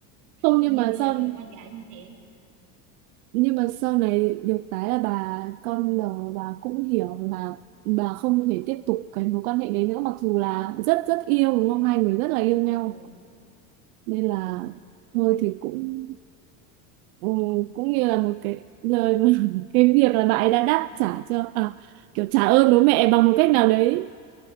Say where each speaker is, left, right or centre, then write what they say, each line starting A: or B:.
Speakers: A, on the right; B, on the right.
A: không
B: tự
A: nhưng
B: nhiên
A: mà
B: nuôi
A: sao
B: đứa con gái như thế
A: nhưng mà sau này được cái là bà con đầu bà cũng hiểu là bà không thể tiếp tục cái mối quan hệ đấy nữa mặc dù là rất rất yêu đúng không hai người rất là yêu nhau
B: ừ
A: nên là
B: ừ
A: thôi thì cũng ừ,
B: ừ,
A: cũng
B: thôi
A: như là một cái lời <laughs> cái việc là bà ấy đã đáp
B: <laughs>
A: trả cho à kiểu trả ơn bố mẹ
B: ừ
A: bằng một cách nào đấy